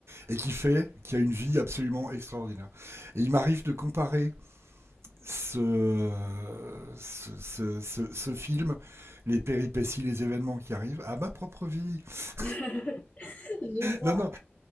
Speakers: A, on the right (about 85°); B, on the left (about 20°).
A: et qui fait, qui a une vie absolument extraordinaire. Et il m'arrive de comparer ce ce, ce, ce- ce film, les péripéties, les événements qui arrivent à ma propre vie. <laughs>
B: <laughs> Je vois.
A: Non, non,